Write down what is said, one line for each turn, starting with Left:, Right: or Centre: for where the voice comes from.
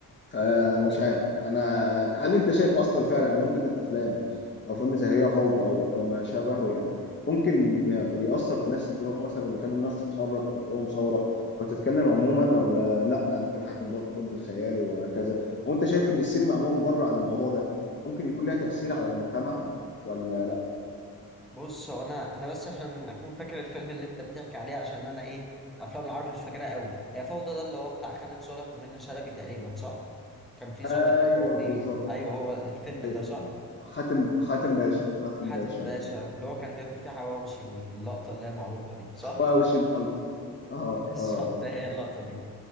Left: فمش
Centre: حصل.
Left: عارف انا هل انت شايف اصلا فعلا ان ممكن الافلام او فيلم زي هي فوضى او او ما شابهه يعني ممكن ي- يأثر في الناس ان هو مثلا يخلي الناس تتحرك او تقوم ثوره او تتكلم عموما ولا لا ده هنضرب بالخيال وهكذا او انت شايف ان السينما عموما بره عن الموضوع ده ممكن يكون لها تأثير على المجتمع ولا لا
Centre: بص هو انا انا بس عشان اكون فاكر الفيلم اللي انت بتحكي عليه عشان انا ايه افلام العربي مش فاكرها قوي هي فوضى ده اللي هو بتاع خالد صالح ومنى شلبي تقريبا صح كان في
Left: ايوه
Centre: ضابط قاضي
Left: بالظبط
Centre: ايوه هو الفيلم
Left: أيوة.
Centre: ده صح
Left: حاتم حاتم باشا حاتم
Centre: حاتم
Left: باشا
Centre: باشا
Left: أيوة.
Centre: اللي هو كان بياكل فيه حواوشي واللقطه اللي هي معروفه دي صح
Left: حواوشي برضه اه
Centre: <laughs> بالظبط
Left: اه اه
Centre: هي اللقطه دي